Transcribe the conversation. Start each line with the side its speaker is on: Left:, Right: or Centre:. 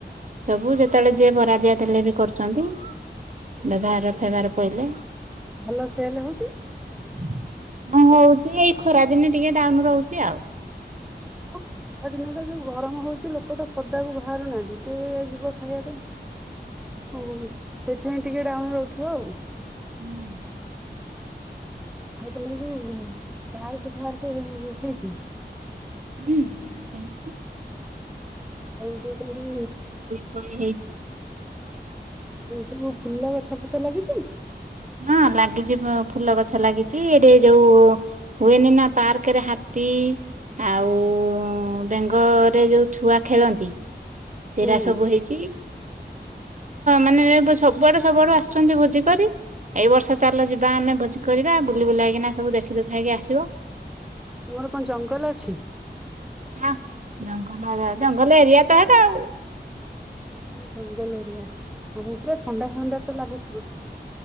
Right: ସବୁ ଯେତେବେଳେ ଯିଏ ବରା ଦିଆ ଦେଲେ ବି କରୁଛନ୍ତି। ବ୍ୟବହାର ଫ୍ୟବହାର ପଇଲେ
Centre: ଭଲ ସେଲ
Right: <inaudible>
Centre: ହଉଛି?
Right: ହଁ ହଉଛି ଏଇ ଖରା ଦିନେ ଟିକେ ଡାଉନ ରହୁଛି ଆଉ।
Centre: ଆଉ ଖରା ଦିନ ଟା ଯୋଉ ଗରମ ହଉଛି ଲୋକ ତ ପଦାକୁ ବାହାରୁନାହାନ୍ତି କିଏ ଯିବ ଖାଇବା ପାଇଁ ଓ ସେ ନାଇଁ ଟିକେ ଡାଉନ ରହୁଥିବ ଆଉ
Right: ହୁଁ।
Centre: ଆଉ ତମର ଯୋଉ ପାର୍କ ଫାର୍କ ହେଇଛି।
Right: ହୁଁ ପାର୍କ ହେଇଛି।
Centre: ଆଉ ଯୋଉ କାଲି
Right: ଫୋଳି ହେଇଛି।
Centre: ହଉ ସବୁ ଫୁଲ ଗଛ ଫଛ ଲାଗିଛି
Right: ହଁ ଲାଗିଛି ଫୁଲ ଗଛ ଲାଗିଛି ଏଠି ଯୋଉ ହୁଏନି ନା ପାର୍କରେ ହାତୀ ଆଉ ବେଙ୍ଗରେ ଯୋଉ ଛୁଆ ଖେଳନ୍ତି ସେରା
Centre: ହୁଁ।
Right: ସବୁ ହେଇଛି। ମାନେ ସବୁଆଡୁ ସବୁଆଡୁ ଆସୁଛନ୍ତି ଭୋଜି କରି ଏଇ ବର୍ଷ ଚାଲ ଯିବା ଆମେ ଭୋଜି କରିବା ବୁଲି ବୁଲାଇକିନା ସବୁ ଦେଖି ଦେଖିଦୁଖାକି ଆସିବ।
Centre: ତୁମର କଣ ଜଙ୍ଗଲ ଅଛି।
Right: ହ ଜଙ୍ଗଲ ଏରିଆ ଟା ଭଲ ଏରିଆ ଟା ହେଟା ଆଉ।
Centre: ମୁ ଜଙ୍ଗଲ ଏରିଆ ଆଉ ପୁରା ଥଣ୍ଡା ଥଣ୍ଡା ତ ଲାଗୁଥିବ।